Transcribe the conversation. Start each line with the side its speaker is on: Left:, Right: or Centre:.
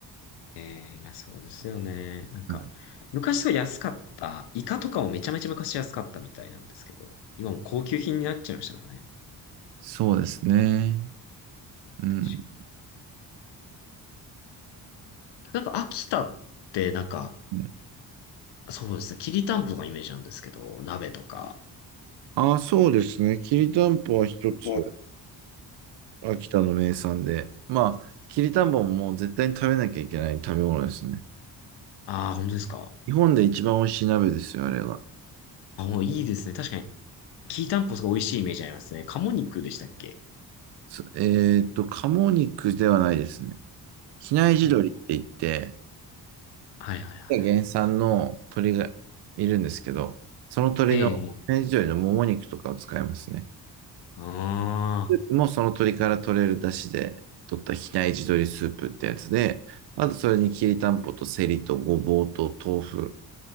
Left: ええまあそうですよね。なんか、
Right: はい、
Left: 昔は安かった。イカとかもめちゃめちゃ昔安かったみたいなんですけど、今もう高級品になっちゃいましたからね。
Right: そうですね。うん。
Left: 確かになんか秋田ってなんか、
Right: ね
Left: そうですね。きりたんぽのイメージなんですけど、鍋とか。
Right: あ、そうですね。きりたんぽは一つ。
Left: もう
Right: 秋田の名産で。まあ、きりたんぽももう絶対に食べなきゃいけない食べ物ですね。
Left: ああ、本当ですか。
Right: 日本で一番美味しい鍋ですよ、あれが。
Left: あ、もういいですね。確かに、きりたんぽすごい美味しいイメージありますね。鴨肉でしたっけ
Right: すえーっと、鴨肉ではないですね。比内地鶏って言って、
Left: そう。はいはいは
Right: 原産の鶏がいるんですけど、その鶏の、
Left: い。ええ
Right: 比内地鶏のもも肉とかを使いますね。
Left: ああ、
Right: スープもその鶏から取れる出汁で取った比内地鶏スープってやつで、あとそれにきりたんぽとセリとごぼうと豆腐